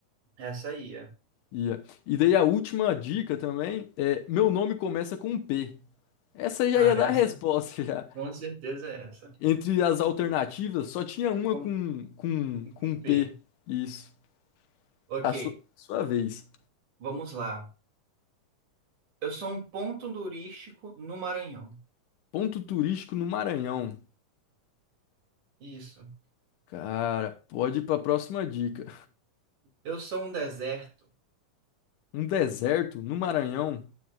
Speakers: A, on the right; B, on the left.
A: essa aí é.
B: Ia. E daí a última dica também é, meu nome começa com P. Essa já
A: Ah,
B: ia dar
A: essa?
B: a resposta <laughs> já.
A: Com certeza é essa.
B: Entre as alternativas, só tinha uma
A: Com
B: com, com, com
A: com
B: P.
A: P.
B: Isso.
A: Ok,
B: A su- sua vez.
A: vamos lá. Eu sou um ponto turístico no Maranhão.
B: Ponto turístico no Maranhão.
A: Isso.
B: Cara, pode ir para a próxima dica.
A: Eu sou um deserto.
B: Um deserto no Maranhão?